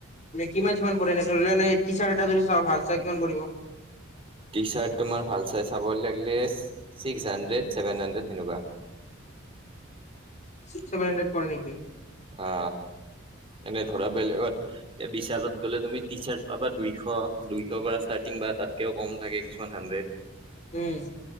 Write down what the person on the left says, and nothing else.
কিমান কিমান পৰে এনে ধৰি ল টি চাৰ্ট এটা যদি চাওঁ ভাল চাওঁ কিমান পৰিব
ছিক্স চেভেন হাণ্ড্ৰেড পোৱা যায়
উম